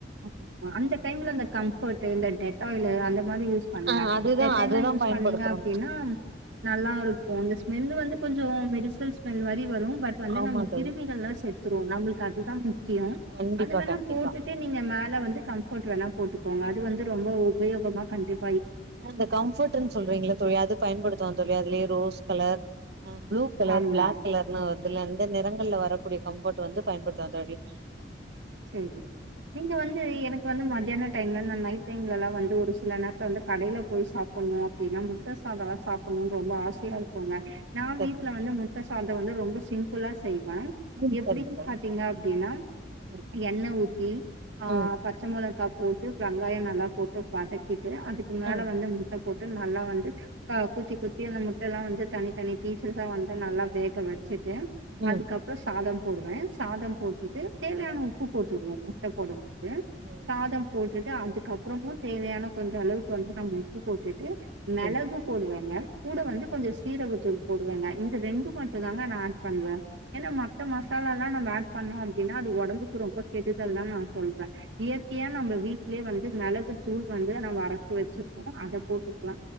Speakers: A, on the right; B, on the right.
A: ஆமா அந்த டைம்ல அந்த கம்ஃபர்ட்டு இந்த டெட்டாயிலு அந்த மாரி யூஸ் பண்ணுங்க
B: ஆ அதுதா
A: டெட்டாயில்லா
B: அதுதா
A: யூஸ்
B: பயன்படுத்துறோ
A: பண்ணீங்க அப்டின்னா நல்லாருக்கு இந்த ஸ்மெல்லு வந்து கொஞ்சொ மெடிசல் ஸ்மெல் மாரி வரு பட் வந்து
B: ஆமா
A: நம்ம
B: தோழி
A: கிருமிகள்லா செத் துரு நம்மள்க்கு அதுதா மு க்கியொ
B: கண்டிப்பா
A: அது வேணா
B: கண்டிப்பா
A: போட்டுட்டு நீங்க மேல வந்து கம்ஃபர்ட் வேணா போட்டுக்கோங்க அது வந்து ரொம்ப உபயோகமா கண்டிப்
B: ஆ அந்த கம்ஃபர்ட்டுன் சொல்றீங்ள தோழி அது பயன்படுத்துவோ தோழி அதுலயே ரோஸ் கலர் ஆ ப்ளூ கலர்
A: ஆமா
B: பிளாக் கலர்னா வருதுல அந் இந்த நிறங்கள வரக்கூடிய கம்ப்ஃபோர்ட் வந்து பயபடுத்துவ தோழி
A: சேரி நீங்க வந்து எனக்கு வந்து மதியானோ டைம்ல நா நைட் டைம்ல எல்லா வந்து ஒரு சில நேரத்துல வந்து கடையில போய் சாப்புணு தினா முட்ட சாதலா சாப் பொன்னு ரொம்ப ஆசையா இரு போங்க நா
B: சரிங்க
A: வீட்ல வந்து முட்ட சாத த்து வந்து ரொம்ப சிம்பிளா செய் அ
B: ம்
A: எப்பிடி
B: சரிங்க
A: பாத்தீங்க அப்பிடின்னா
B: தோழி
A: எண்ணெய ஊத்தி ஆ
B: ம்
A: பச்ச மொளக்கா போட்டு வெங்காயோ நல்லா போட்டு வதக்கி து அதுக்கு மேல
B: ம்
A: வந்து முட்ட போட் ட்டு நல்லா வந்து ஆ குத்தி குத்தி அந்த முட்ட எல்லா வந்து தனி தனி பீஷ்ஷா வந்து நல்லா வேக வச்சி ட்டு
B: ம் ம்
A: அதுக்கப்புறோ சாதம் போடுவே சாதம் போட்டுட்டு சேலாணு உப்பு போட்டுடுவோ முட்ட போடுங் து
B: ம்
A: சாதம் போட்டுடு அதுக்க அப் பிறகு தேவையான கொஞ்ச அளவுக்கு வந்து நம்ம உப்பு போட்டு க்கு மிளகு
B: ம்
A: போடுவங்க கூட வந்து கொஞ்சோ சீரகத்தூள் போடுவேங்க இந்த ரெண்டு மட்டு தாங்க நா ஏட் பண்ணுவே ஏன்னா மத்த மசாலா எல்லா நம்ம ஏட் பண்ணுவம் அப்பிடின்னா அது ஒடம்பு க்கு ரொம்ப கெடுதல் தா நா சொல்றே இயற்கையா நம்ம வீடலேயே வந்து மிளகு தூள் வந்து நம்ம அரைச்சி வச்சிருப்போ அத போட்டுக்கலா